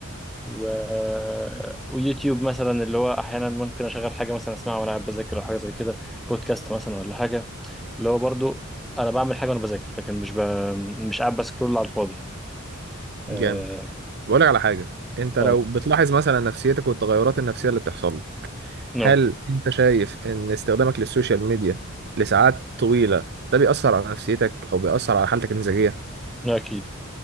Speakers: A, in the centre; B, on the right.
A: و... آه، ويوتيوب مثلا اللي هو احيانا ممكن اشغل حاجة مثلا اسمعها وانا قاعد بذاكر او حاجة زي كده بودكاست مثلا ولا حاجة اللي هو برضو انا بعمل حاجة وانا بذاكر لكن مش ب... مش قاعد بسكرول على الفاضي يعني. اه
B: جامد بقول لك على حاجه انت لو
A: اه
B: بتلاحظ مثلا نفسيتك والتغيرات النفسيه اللي بتحصل لك
A: نو
B: هل انت شايف ان استخدامك للسوشيال ميديا لساعات طويله ده بيأثر على نفسيتك او بيأثر على حالتك المزاجيه
A: نو اكيد